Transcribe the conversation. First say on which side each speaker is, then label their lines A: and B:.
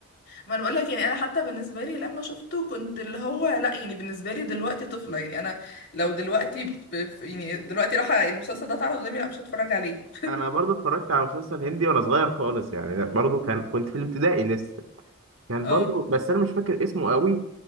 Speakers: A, on the left (about 50°); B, on the right (about 60°).
A: ما انا بقول لك يعني انا حتى بالنسبة لي لما شفته كنت اللي هو لا يعني بالنسبة لي دلوقتي طفلة يعني انا لو دلوقتي ب... ب- يعني دلوقتي راح المسلسل ده اتعرض قدامي لا مش هتفرج عليه
B: أنا برضو اتفرجت على مسلسل هندي وأنا صغير خالص يعني برضو كان كنت في الابتدائي لسه كان
A: اه
B: برضو بس أنا مش فاكر اسمه قوي